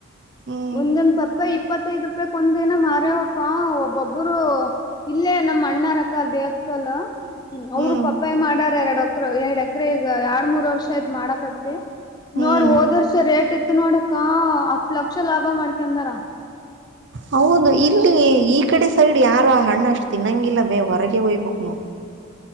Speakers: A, on the right; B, on the left.
A: ಹ್ಮ್
B: ಒಂದೊಂದ ಪಪ್ಪಯಾ ಇಪ್ಪತ್ತೈದ್ ರೂಪಾಯ ಒಂದನ ಮಾರ್ಯವಕ್ಕ ಒಬ್ಬೊಬ್ಬರು. ಇಲ್ಲೇ ನಮ್ಮ್ ಅಣ್ಣಾರಕ್ಕ ದೇಹಕ್ಕಲ್ಲ. ಹ್ಮ ಅವರು
A: ಹ್ಮ್
B: ಪಪ್ಪಾಯ ಮಾಡಾರ ಎರಡ್ ಅಕ್ರ ಎರಡ್ ಎಕ್ರ ಈಗ ಎರಡ್ ಮೂರ್ ವರ್ಷ ಯತ್ ಮಾಡಕತ್ತತಿ.
A: ಹ್ಮ್
B: ನೋಡ್ ಹೋದ ವರ್ಷ ರೇಟ್ ಇತ್ತು ನೋಡಕ್ಕ ಹತ್ ಲಕ್ಷ ಲಾಭ ಮಾಡ್ಕಂದಾರ.
A: ಹೌದು ಇಲ್ಲಿ ಈ ಕಡೆ ಸೈಡ್ ಯಾರು ಆ ಹಣ್ಣ ಅಷ್ಟು ತಿನ್ನಂಗಿಲ್ಲ ಬೇ ಹೊರಗೆ ಹೊಯ್ಬೇಕಕ್ ನೋಡು.